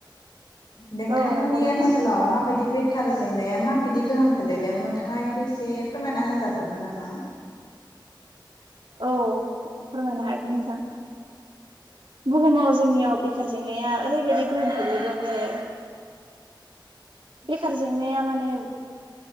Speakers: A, on the left; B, on the right.
A: नोंथांमोननि
B: औ नंगौ नोंथां
A: ओनसोलाव माबायदि बे सोरखार जेंनाया माबायदि गोहोम खोलैदों नोंथाङाखौ एसे फोरमायना होजागौमोन नामा
B: औ फोरमायनो हगोन नोंथां बुहुमाव जोंनियाव बेखार जेंनाया ओरैबायदि गोहोम गोग्लैदों जे बेखार जेंनाया माने